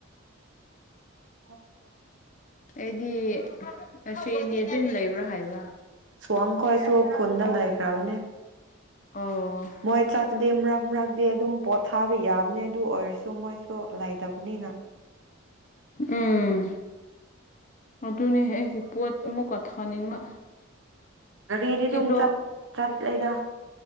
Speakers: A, on the right; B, on the left.
A: <unintelligible> <unintelligible>
B: ꯑꯩꯗꯤ ꯑꯁꯦꯅꯤ ꯑꯗꯨꯝ ꯂꯩꯕ꯭ꯔꯥ ꯍꯥꯏꯕ
A: ꯁ꯭ꯋꯥꯡ ꯈꯣꯏꯁꯨ ꯈꯨꯟꯗ ꯂꯣꯏꯈꯔꯕꯅꯦ
B: ꯑꯣ
A: ꯃꯣꯏ ꯆꯠꯂꯤ ꯃꯔꯥꯛ ꯃꯔꯥꯛꯗꯤ ꯑꯗꯨꯝ ꯄꯊꯥꯕ ꯌꯥ ꯑꯗꯨ ꯑꯗꯨ ꯑꯣꯏꯔꯁꯨ ꯃꯣꯏꯁꯨ ꯂꯥꯏ ꯇꯥꯕꯅꯤꯅ
B: ꯎꯝ ꯑꯗꯨꯅꯦ ꯑꯩꯒꯤ ꯄꯣꯠ ꯑꯃꯨꯛꯀ ꯊꯥꯅꯤꯡꯕ
A: ꯒꯥꯔꯤꯗꯤ ꯑꯗꯨꯝ
B: ꯀꯤꯂꯣ
A: ꯆꯥꯠ ꯆꯠ ꯂꯩꯗ